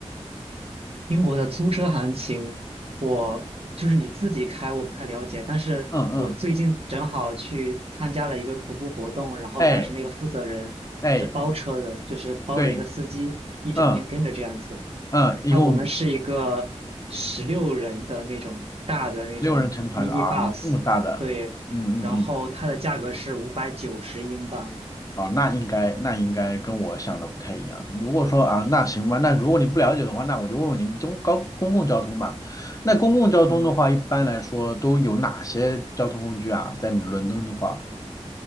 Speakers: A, on the right; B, on the left.
A: 英国的租车行情，我就是你自己开，我不太了解，但是我最近正好去参加了一个徒步活动，
B: 嗯嗯，
A: 然后当时那个负责人他是包车的，
B: 哎哎，
A: 就是包了一个司机，
B: 对，
A: 一整天跟着这样子。
B: 嗯嗯，一共。
A: 他我们是一个十六人的那种大的那种
B: 六人成团啊，
A: mini bus，
B: 这么大的，
A: 对，
B: 嗯嗯嗯，
A: 然后它的价格是五百九十英镑，
B: 哦，那应该那应该跟我想的不太一样。如果说啊，那行吧，那如果你不了解的话，那我就问问你中高公共交通吧。那公共交通的话，
A: 嗯。
B: 一般来说都有哪些交通工具啊？在伦敦的话，